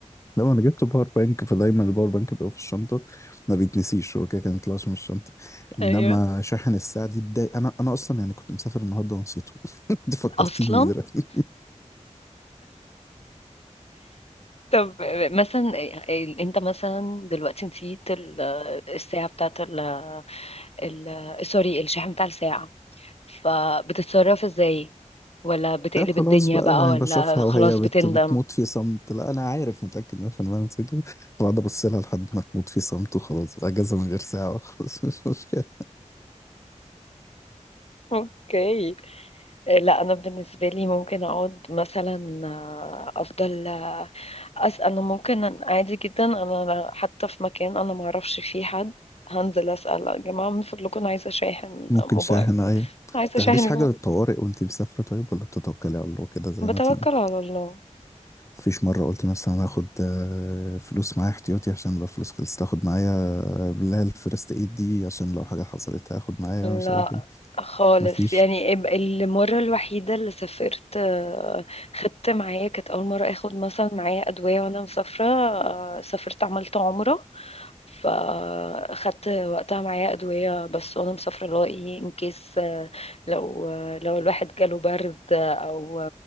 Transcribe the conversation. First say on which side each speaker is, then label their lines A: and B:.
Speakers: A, on the left; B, on the left.
A: لو أنا جبت باور بانك فدايما الباور بانك بيبقى في الشنطة ما بيتنسيش هو كده كده ما بيطلعش من الشنطة إنما
B: ايوه
A: شاحن الساعة دي اتضايق أنا أنا أصلا يعني كنت مسافر النهاردة ونسيته <laughs> أنت فكرتيني
B: اصلا
A: بيه دلوقتي
B: طب مثلا إيه- انت مثلا دلوقتي نسيت ال- الساعة بتاعت ال ال- سوري الشاحن بتاع الساعة فبتتصرف ازاي ولا بتقلب
A: لا خلاص
B: الدنيا
A: بقى
B: بقى
A: يعني
B: ولا
A: بشوفها
B: خلاص
A: وهي بت
B: بتندم
A: بتموت في صمت لا انا عارف متاكد 100% نسيته بقعد ابص لها لحد ما تموت في صمت وخلاص اجازه من غير ساعه خلاص <laughs> مش مشكله
B: اوكي آه، لا انا بالنسبه لي ممكن اقعد مثلا آه، افضل آه، أس انا ممكن عادي جدا انا أنا حتى في مكان انا ما اعرفش فيه حد هنزل اسال يا جماعه من فضلكم انا عايزه اشاحن
A: ممكن
B: موبايل
A: شاحنه ايوه
B: عايزه
A: تاخديش
B: اشاحن
A: حاجه
B: يا جماعه
A: للطوارئ وانتي مسافره طيب ولا بتتوكلي على الله كده زي
B: بتوكل
A: ما تيجي
B: على الله
A: مفيش مره قلت مثلا انا هاخد آه، فلوس معايا احتياطي عشان لو فلوس خلصت اخد معايا آه، اللي هي الفيرست ايد دي عشان لو حاجه حصلت هاخد معايا مش
B: لا
A: عارف ايه
B: خالص
A: مفيش
B: يعني اب- المرة الوحيدة اللي سافرت آه، خدت معايا كانت أول مرة أخد مثلا معايا أدوية وأنا مسافرة آه، سافرت عملت عمرة فاخدت وقتها معايا ادويه بس وانا مسافره اللي هو ايه ان كيس لو لو الواحد جاله برد او